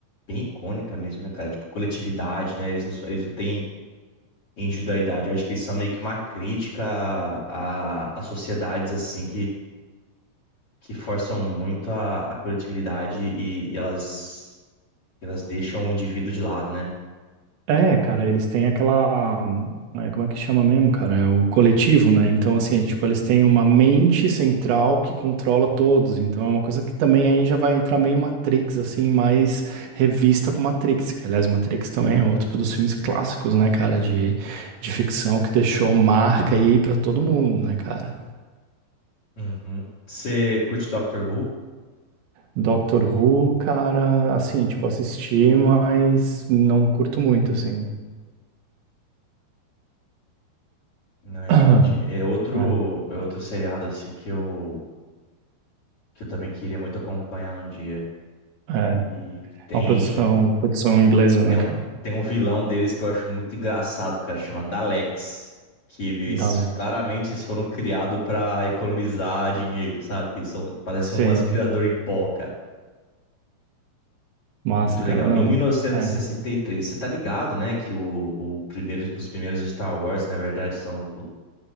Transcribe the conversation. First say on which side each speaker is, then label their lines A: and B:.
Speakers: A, on the left; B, on the right.
A: bem icônica mesmo, né, cara? Tipo, coletividade, né? Eles não, só- eles não têm individualidade. Eu acho que eles são meio que uma crítica a, a, a sociedades, assim, que forçam muito a, a coletividade e, e elas, elas deixam o indivíduo de lado, né?
B: É, cara, eles têm aquela. é, como é que chama mesmo, cara? É o coletivo, né? Então, assim, tipo, eles têm uma mente central que controla todos. Então, é uma coisa que também aí já vai entrar meio Matrix, assim, mais revista com Matrix. Que, aliás, Matrix também é outro dos filmes clássicos, né, cara? De, de ficção que deixou marca aí pra todo mundo, né, cara?
A: Uhum. Você curte Doctor Who?
B: Doctor Who, cara, assim, tipo, assisti, mas não curto muito, assim.
A: Não, entendi.
B: <clears throat>
A: É outro,
B: É,
A: é outro seriado assim que eu, que eu também queria muito acompanhar um dia.
B: é.
A: E tem,
B: Uma produção, produção inglesa, né,
A: tem
B: cara?
A: um, tem um vilão deles que eu acho muito engraçado, cara, chama Daleks. Que eles
B: Da Alex.
A: claramente eles foram criados pra economizar dinheiro, sabe? Que eles são, parecem
B: Sim.
A: um aspirador em pó,
B: Massa,
A: Muito legal.
B: cara. Não.
A: Em 1963,
B: É.
A: você tá ligado, né? Que o, o primeiro, os primeiros Star Wars, na verdade, são o-